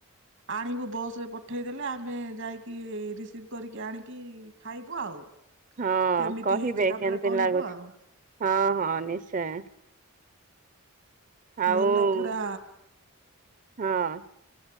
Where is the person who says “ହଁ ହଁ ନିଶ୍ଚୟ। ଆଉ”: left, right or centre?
Right